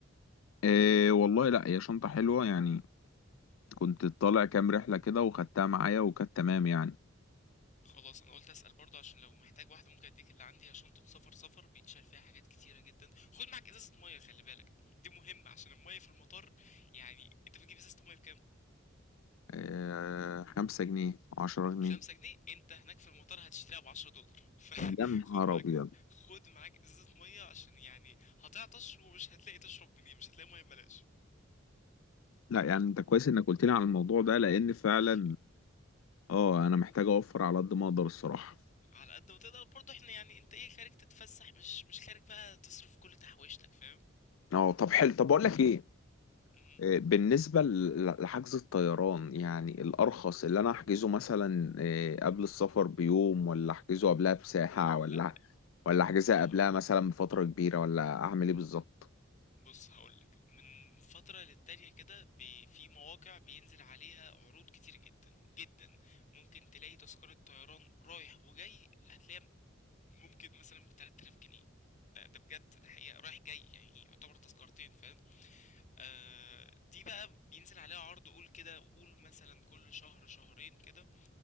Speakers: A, on the left; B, on the left.
A: إيه والله لا هي شنطة حلوة يعني كنت طالع كام رحلة كده وخدتها معايا وكانت تمام يعني
B: خلاص انا قلت اسأل برضه عشان لو محتاج واحدة ممكن اديك اللي عندي هي شنطة سفر سفر بيتشال فيها حاجات كتيرة جدا خد معاك ازازة مية خلي بالك دي مهمة عشان المية في المطار يعني انت بتجيب ازازة المية بكام؟
A: إيه خمسة جنيه عشرة جنيه
B: خمسة جنيه انت هناك في المطار هتشتريها بعشرة دولار فخد
A: يا نهار
B: <laughs> معاك
A: أبيض
B: خد معاك ازازة مية عشان يعني هتعطش ومش هتلاقي تشرب منين مش هتلاقي مية ببلاش
A: لا يعني انت كويس انك قلت لي على الموضوع ده لان فعلا
B: في-
A: اه انا محتاج اوفر على قد ما اقدر الصراحة
B: على قد ما تقدر برضه احنا يعني انت ايه خارج تتفسح مش مش خارج بقى تصرف كل تحويشتك فاهم
A: اه طب حلو طب بقول لك ايه
B: مم.
A: آه، بالنسبة ل- لحجز الطيران يعني الأرخص اللي أنا أحجزه مثلا إيه، قبل السفر بيوم ولا أحجزه قبلها بساعة ولا
B: لا
A: ولا أحجزها
B: هقولك
A: قبلها مثلا بفترة كبيرة ولا أعمل إيه بالظبط؟
B: بص هقولك من فترة للتانية كده بي- في مواقع بينزل عليها عروض كتير جدا جدا ممكن تلاقي تذكرة طيران رايح وجاي هتلاقيها ممكن مثلًا ب3000 جنيه ده ده بجد ده حقيقة رايح جاي يعني يعتبر تذكرتين فاهم؟ آآ دي بقى بينزل عليها عرض قُل كده قُل مثلًا كل شهر شهرين كده